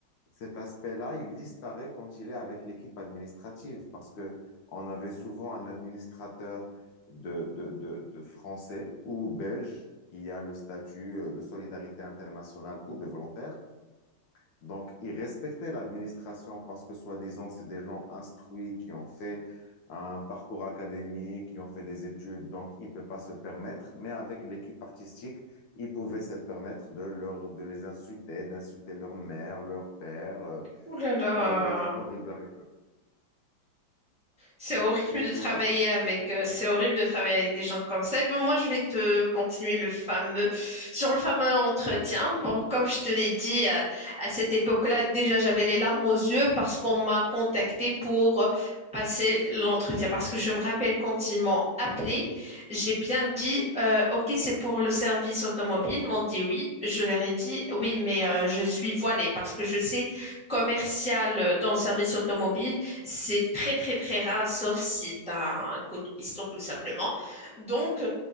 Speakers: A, on the left; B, in the centre.
A: cet aspect-là, il disparaît quand il est avec l'équipe administrative parce que on avait souvent un administrateur de, de, de, de français ou belge qui a le statut euh, de solidarité internationale ou de volontaire donc, ils respectaient l'administration parce que, soi-disant, c'est des gens instruits qui ont fait un parcours académique, qui ont fait des études, donc ils ne peuvent pas se permettre. Mais avec l'équipe artistique, ils pouvaient se permettre de, leur, de les insulter, d'insulter leur mère, leur père, euh,
B: Ouh là là.
A: et d'être horrible avec.
B: C'est au rythme
A: Et
B: de
A: toi?
B: travailler avec,
A: C'était
B: euh, c'est horrible de travailler avec des gens comme ça. Et ben, moi, je vais te continuer le fameux, sur le fameux entretien. Bon, comme je te l'ai dit, euh, à cette époque-là, déjà, j'avais les larmes aux yeux parce qu'on m'a contacté pour euh, passer l'entretien. Parce que je me rappelle quand ils m'ont appelé, j'ai bien dit, euh, OK, c'est pour le service automobile. Ils m'ont dit oui. Je leur ai dit oui, mais euh, je suis voilée parce que je sais commercial euh, dans le service automobile. C'est très très très rare, sauf si tu as un coup de piston tout simplement. Donc,